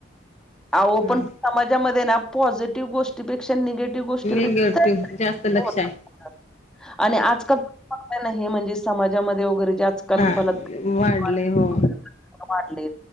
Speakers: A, in the centre; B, on the left (about 35°).
A: आहो
B: हा
A: पण समाजामध्ये ना पॉझिटिव्ह गोष्टी पेक्षा निगेटिव्ह गोष्टी
B: निगेटिव्ह
A: <unintelligible>
B: जास्त लक्ष आहे
A: आणि आजकाल <unintelligible> नाही म्हणजे समाजामध्ये वैगेरे आजकाल
B: हा
A: बलात्कार
B: वाढले हो
A: <unintelligible> वाढलेत